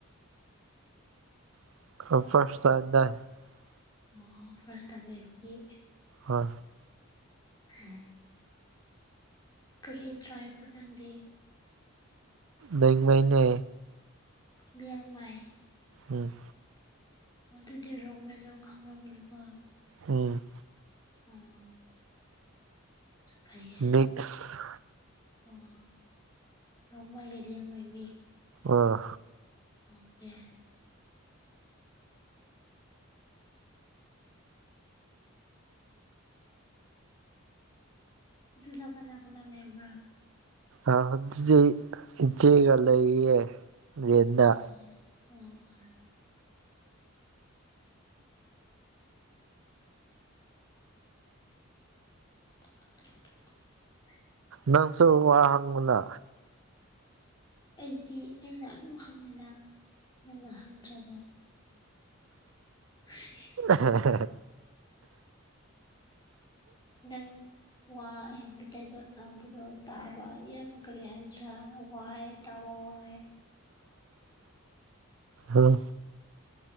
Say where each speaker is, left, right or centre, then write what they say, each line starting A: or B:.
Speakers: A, on the right; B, on the left.
A: <unintelligible>
B: ꯑꯣ ꯐꯥꯔꯁ ꯇꯥꯏꯝ ꯂꯩꯕꯒꯤ
A: ꯍ
B: ꯑ ꯀꯔꯤ ꯇ꯭ꯔꯥꯏꯞꯔꯥ ꯅꯪꯗꯤ
A: ꯚꯦꯡꯋꯦꯅꯦ
B: ꯂꯤꯌꯥꯡꯃꯥꯏ
A: ꯎꯝ
B: ꯃꯗꯨꯗꯤ ꯔꯣꯡꯃꯩ ꯂꯣꯟ ꯈꯪꯂꯝꯔꯣꯏꯀꯣ
A: ꯎꯝ
B: ꯎꯝ ꯐꯩꯌꯦ
A: ꯃꯤꯛꯁ
B: ꯑꯣ ꯔꯣꯡꯃꯩꯒꯤꯗꯤ <unintelligible> ꯌꯥꯝ ꯃꯥꯏꯃꯤ
A: ꯑꯥ
B: ꯑꯣꯀꯦ ꯗꯨꯅ ꯀꯅꯥ ꯀꯅꯥ ꯅꯩꯕ꯭ꯔꯥ
A: ꯑ ꯑꯗꯨꯗꯤ ꯏꯆꯦꯒ ꯂꯩꯔꯤꯌꯦ ꯔꯦꯟꯗ
B: ꯑꯣ ꯑꯣ <unintelligible> <inaudible>
A: ꯅꯪꯁꯨ ꯋꯥ ꯍꯪꯉꯨꯅꯥ
B: ꯑꯩꯗꯤ ꯑꯩꯅ ꯑꯗꯨꯝ ꯍꯪꯉꯤꯅ ꯅꯪꯅ ꯍꯪꯗ꯭ꯔꯒ ꯁꯤ
A: ꯑꯍꯥꯍꯥ
B: ꯅꯪ ꯋꯥ ꯑꯩ ꯃꯤꯇꯩꯂꯣꯟ ꯉꯥꯡꯕꯗꯣ ꯇꯥꯕ ꯌꯥꯝ ꯀꯔꯤ ꯍꯥꯏꯁꯤꯔꯥ ꯋꯥꯏ ꯇꯥꯕ <unintelligible> ꯋꯥꯏꯌꯣ
A: ꯍꯜꯂꯣ